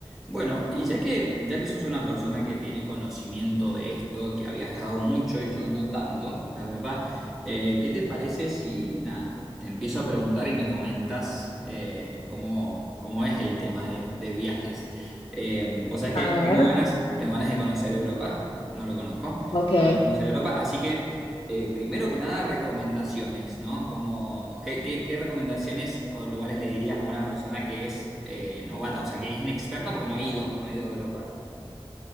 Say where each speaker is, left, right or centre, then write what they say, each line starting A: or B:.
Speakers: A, in the centre; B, on the left.
A: Bueno, y ya que, ya que sos una persona que tiene conocimiento de esto, que ha viajado mucho y yo no tanto, la verdad, eh, ¿qué te parece si, nada, te empiezo a preguntar y me comentas eh, cómo, cómo es el tema de, de viajes? Eh, vos sabés
B: A
A: que
B: ver,
A: tengo ganas, tengo ganas de conocer Europa, no lo conozco, tengo
B: ok,
A: ganas de conocer Europa, así que eh, primero que nada, recomendaciones, ¿no? Como, ¿qué, qué- qué recomendaciones o lugares le dirías a una persona que es eh, novata, o sea, que es inexperta porque no ha ido, no ha ido a Europa?